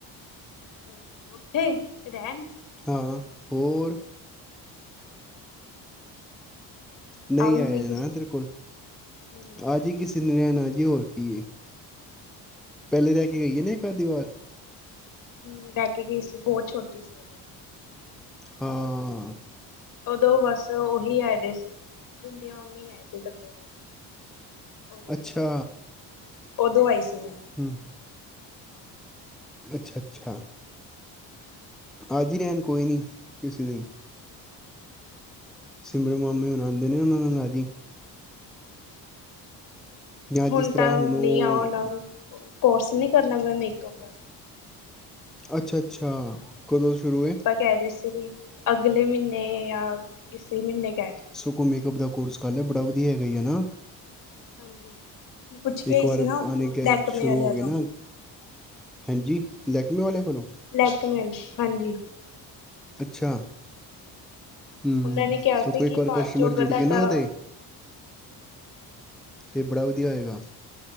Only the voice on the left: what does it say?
ਅ, ਉੱਥੇ ਰੈਣ?
ਆਊਂਗੀ
ਕਿਸੇ
ਦਿਨ
ਹੂੰ
ਹੂੰ ਰੈ ਕੇ ਗਈ ਸੀ ਬੋਤ ਛੋਟੀ ਸੀ ਓਦੋ।
ਓਦੋਂ ਬਸ ਓਹੀ ਆਏ ਦੇ ਸੀਗੇ। ਬਿੰਦੀ ਮਾਮੀ ਆਏ ਸੀ ਇਕੱਲੇ ਬਸ, ਓਦੋਂ
ਸੀਗੇ। ਓਦੋਂ ਆਈ ਸੀ ਮੈਂ।
ਠੀਕ
ਹੈ,
ਹੁਣ
ਤਾਂ ਨਈ
ਆ ਹੋਣਾ ਮੇਰੇ ਕੋਲ, ਕੋਰਸ ਨਈ ਕਰਨਾ ਮੈਂ ਮੇਕਅਪ ਦਾ
ਕੈ ਰਏ ਸੀਗੇ, ਅਗਲੇ ਮੀਨੇ ਜਾਂ ਇਸੀ ਮੀਨੇ
ਹਾਂਜੀ। ਮੈਂ ਪੁੱਛ ਕੇ
ਆਈ
ਸੀ ਨਾ ਉਤੋਂ
ਲੈਕਮੇ
ਵਾਲਿਆਂ
ਤੋਂ
ਲੈਕਮੇਲ ਹਾਂਜੀ।
ਉਹਨਾਂ ਨੇ ਕਿਹਾ
ਸੀ ਕਿ
ਬਾਅਦ
ਚੋਂ ਅਗਰ
ਤੁਹਾਡਾ